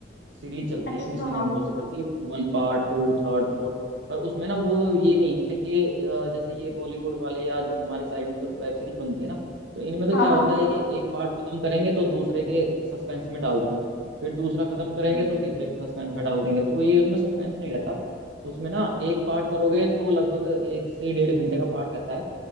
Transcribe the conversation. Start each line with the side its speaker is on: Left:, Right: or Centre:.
Right: सीरीज चलती
Left: अच्छा
Right: है मिशन इम्पॉसिबल की one part two third fourth पर उसमें ना वो ये नहीं है कि अ, जैसे ये बॉलीवुड वाले या जो हमारे साइड में जो वेब सीरीज बनती है ना तो इनमें तो
Left: हाँ
Right: क्या
Left: हाँ
Right: होता है कि एक पार्ट खत्म करेंगे तो दूसरे के सस्पेंस में डाल देंगे फिर दूसरा खत्म करेंगे
Left: हम्म,
Right: तो तीसरे के सस्पेंस में डाल देंगे तो ये उसमें सस्पेंस नहीं रहता उसमें ना एक पार्ट करोगे तो लगभग एक से डेढ़ घंटे का पार्ट रहता है